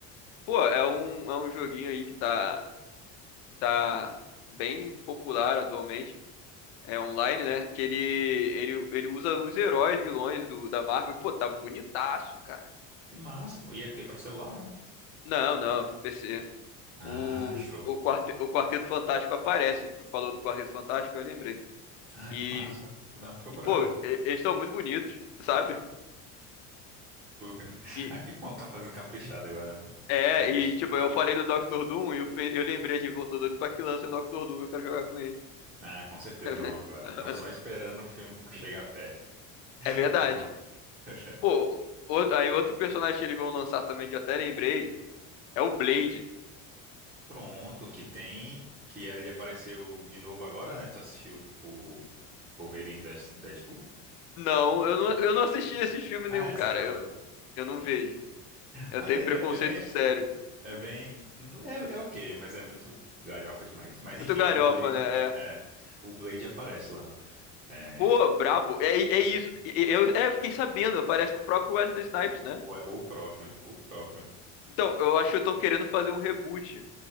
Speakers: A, on the left; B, on the right.
A: Pô, é um, é um joguinho aí que tá, tá bem popular atualmente. É online, né? Que ele, ele, ele usa os heróis, vilões do, da Marvel. E, Pô, tá bonitaço, cara.
B: Que massa, pô. E é o quê? Pra celular, é?
A: Não, não, pro PC.
B: Ah,
A: O,
B: show.
A: o, quarte, o Quarteto Fantástico aparece, que tu falou do Quarteto Fantástico, eu lembrei.
B: Ah,
A: E,
B: que massa. Vou dar uma procurada.
A: e pô, e- eles estão muito bonitos, sabe?
B: Fuga. <laughs>
A: E,
B: Ah, que bom que estão fazendo caprichado agora, né?
A: é,
B: Investindo.
A: e tipo, eu falei do Doctor Doom e eu, pe- eu lembrei de, pô, tô doido pra que lance o Doctor Doom, que eu quero jogar com ele.
B: Ah, com certeza
A: <laughs>
B: vão agora. Estão só esperando o filme chegar perto. <laughs>
A: É verdade.
B: E vão. <laughs>
A: Pô, o- aí outro personagem que eles vão lançar também, que eu até lembrei, é o Blade.
B: Pronto, que tem. Que ali apareceu de novo agora, né? Tu assistiu o Wolverine vs Deadpool?
A: Não, eu não, eu não assisti esse filme
B: Ah,
A: nenhum,
B: é,
A: cara.
B: você falou.
A: Eu, eu não vejo. Eu
B: Ah,
A: tenho
B: é,
A: preconceito
B: é é bem.
A: sério.
B: É bem. não- É, é ok, mas é muito galhofa demais. Mas
A: Muito
B: enfim,
A: galhofa,
B: o Blade.
A: né? é.
B: É, o Blade aparece lá. É,
A: Pô, brabo. É, é isso. Eu, é, fiquei sabendo, aparece o próprio Wesley Snipes, né?
B: o, é, o próprio. O próprio.
A: Então, eu acho que estão querendo fazer um reboot.